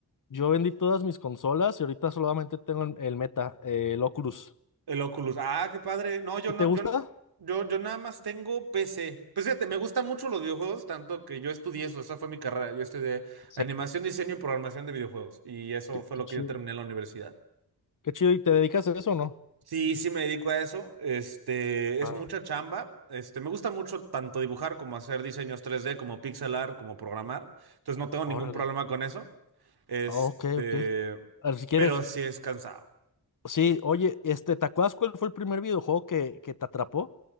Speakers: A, on the left (about 55°); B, on the right (about 85°).
A: Yo vendí todas mis consolas y ahorita solamente tengo el, el Meta, eh, el Oculus.
B: El Oculus. Ah, qué padre. No, yo
A: ¿Y
B: no,
A: te gusta?
B: yo, yo, yo nada más tengo PC. Pues fíjate, me gustan mucho los videojuegos, tanto que yo estudié eso, esa fue mi carrera. Yo estudié
A: Sí.
B: animación, diseño y programación de videojuegos. Y eso
A: Qué,
B: fue
A: qué
B: lo
A: chido.
B: que yo terminé en la universidad.
A: Qué chido. ¿Y te dedicas a eso o no?
B: Sí, sí me dedico a eso. Este, es
A: Ah,
B: mucha chamba. Este, me gusta mucho tanto dibujar como hacer diseños tres d como pixel art, como programar. Entonces no tengo ningún
A: órale.
B: problema con eso. Este,
A: Ah, Ok, ok. A ver, si quieres,
B: pero sí es cansado.
A: sí, oye, este, ¿te acuerdas cuál fue el primer videojuego que, que te atrapó